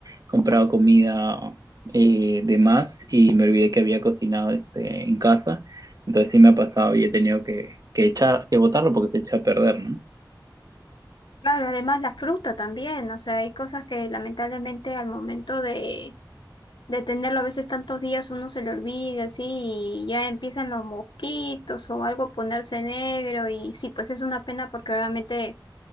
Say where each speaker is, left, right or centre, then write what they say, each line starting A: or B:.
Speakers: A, on the right; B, on the left.
A: comprado comida eh, de más y me olvidé que había cocinado este, en casa. Entonces sí me ha pasado y he tenido que, que echar, que botarlo porque se echa a perder, ¿no?
B: Claro, además la fruta también, o sea, hay cosas que lamentablemente al momento de, de tenerlo a veces tantos días uno se le olvida así y ya empiezan los mosquitos o algo a ponerse negro y sí, pues es una pena porque obviamente